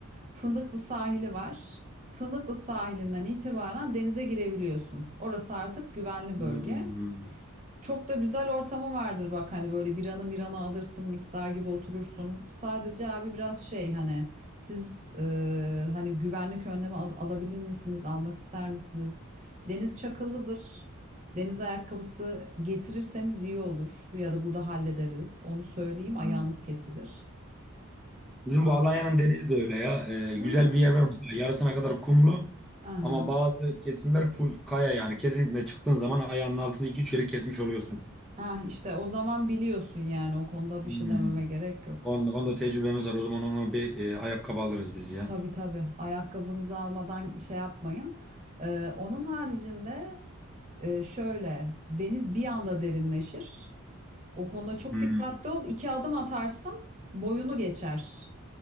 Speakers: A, on the right; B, in the centre.
A: Fındıklı sahili var. Fındıklı sahilinden itibaren denize girebiliyorsun. Orası artık güvenli
B: Hmm,
A: bölge. Çok da güzel ortamı vardır bak hani böyle biranı mirana alırsın misler gibi oturursun. Sadece abi biraz şey hani siz e, hani güvenlik önlemi al- alabilir misiniz almak ister misiniz? Deniz çakıllıdır. Deniz ayakkabısı getirirseniz iyi olur ya da burada hallederiz. Onu söyleyeyim ayağınız
B: hı.
A: kesilir.
B: Bizim
A: An
B: bu Alanya'nın denizi de öyle ya. Ee,
A: Hmm.
B: güzel bir yer var mesela yarısına kadar kumlu.
A: Aha.
B: Ama bazı kesimler full kaya yani. Kesinlikle çıktığın zaman ayağının altında iki üç yeri kesmiş oluyorsun.
A: Ah işte o zaman biliyorsun yani o konuda
B: Hmm.
A: bir şey dememe gerek yok.
B: Onda, onda tecrübemiz var. O zaman onu bir e, ayakkabı alırız biz ya.
A: Tabii tabii. Ayakkabınızı almadan şey yapmayın. Ee, onun haricinde e, şöyle deniz bir anda derinleşir. O konuda çok
B: Hmm.
A: dikkatli ol. İki adım atarsın, boyunu geçer.